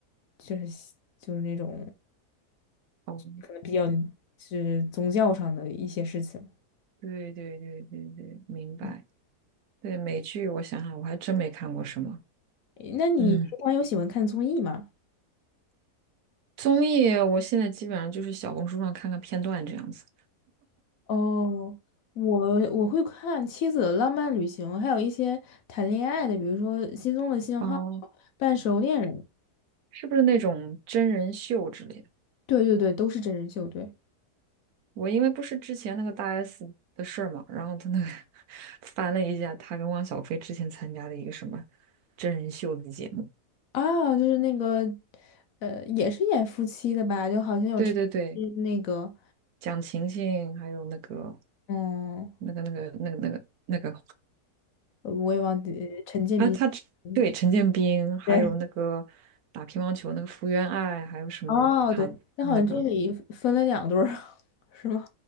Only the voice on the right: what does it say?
哦，
对对对对对，明白。
对，美剧我想想，我还真没看过什么。
嗯，综艺我现在基本上就是小红书上看看片段这样子。
哦，
是不是那种真人秀之类的？
我因为不是之前那个大 S 的事儿嘛，然后他那个 <laughs> 翻了一下，他跟汪小菲之前参加的一个什么真人秀的节目，
对对对，
蒋勤勤还有那个
那个那个那个那个那个
啊，他只对陈建斌，
还有那个打乒乓球那个福原爱，
还有什么他那个